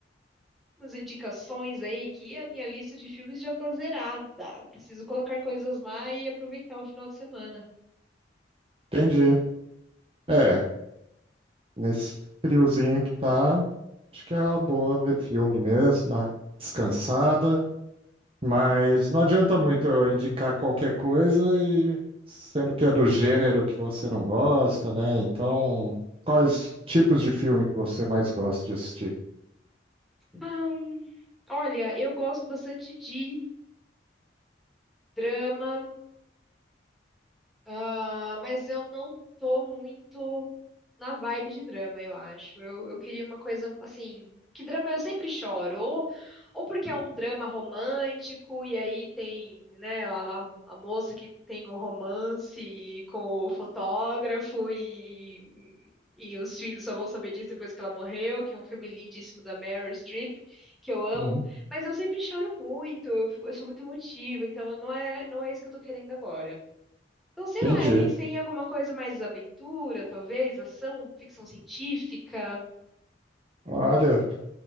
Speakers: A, in the centre; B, on the right.
A: Umas indicações aí que a minha lista de filmes já tá zerada. Preciso colocar coisas lá e aproveitar o final de semana.
B: Entendi. É, nesse friozinho que tá, acho que é uma boa ver filme mesmo, dar uma descansada, mas não adianta muito eu indicar qualquer coisa e sendo que é do gênero que você não gosta, né? Então, quais tipos de filme que você mais gosta de assistir?
A: Ahn, olha, eu gosto bastante de drama. Ah, mas eu não tô muito na vibe de drama, eu acho. Eu, eu queria uma coisa assim, que drama eu sempre choro, ou, ou porque é um drama romântico, e aí tem, né, a, a moça que tem um romance com o fotógrafo e, e os filhos só vão saber disso depois que ela morreu, que é um filme lindíssimo da Meryl Streep, que eu amo,
B: Uhum.
A: mas eu sempre choro muito, eu, fico- eu sou muito emotiva, então não é, não é isso que eu tô querendo agora. Então, sei
B: Entendi.
A: lá, eu pensei em alguma coisa mais aventura, talvez, ação, ficção científica.
B: Olha.